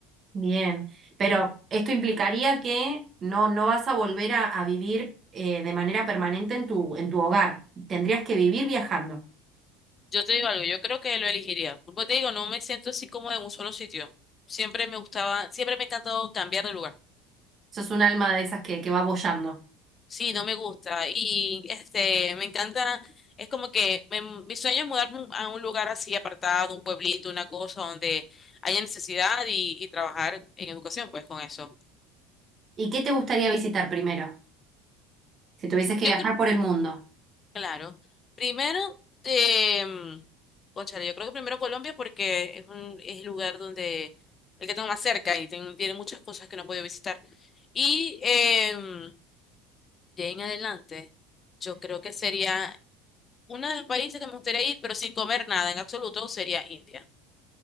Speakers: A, on the right; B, on the left.
A: Bien, pero esto implicaría que no, no vas a volver a, a vivir eh, de manera permanente en tu, en tu hogar. Tendrías que vivir viajando.
B: Yo te digo algo, yo creo que lo elegiría. Como te digo, no me siento así como en un solo sitio. Siempre me gustaba, siempre me ha encantado cambiar de lugar.
A: Sos un alma de esas que, que va boyando.
B: Sí, no me gusta. Y este, me encanta, es como que me- mi sueño es mudarme a un lugar así apartado, un pueblito, una cosa donde haya necesidad y, y trabajar en educación, pues con eso.
A: ¿Y qué te gustaría visitar primero? Si tuvieses que
B: Yo
A: viajar
B: creo
A: por el mundo.
B: Claro. Primero, eh, cónchale, yo creo que primero Colombia porque es un, es el lugar donde, el que tengo más cerca y ten- tiene muchas cosas que no he podido visitar. Y em, de ahí en adelante, yo creo que sería uno de los países que me gustaría ir, pero sin comer nada en absoluto, sería India.